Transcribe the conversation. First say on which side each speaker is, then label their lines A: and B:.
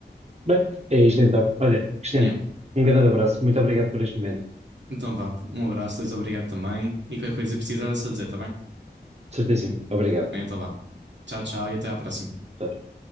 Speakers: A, on the right (about 35°); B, on the right (about 80°).
A: Bem, é isto então. Olha, Cristiano,
B: Yeah.
A: um grande abraço. Muito obrigado por este momento.
B: Então vá. Um abraço, Luís. Obrigado também. E qualquer coisa que precisar é só dizer, tá bem?
A: Certíssimo. Obrigado.
B: Então vá. Tchau, tchau e até à próxima.
A: Tchau, tchau.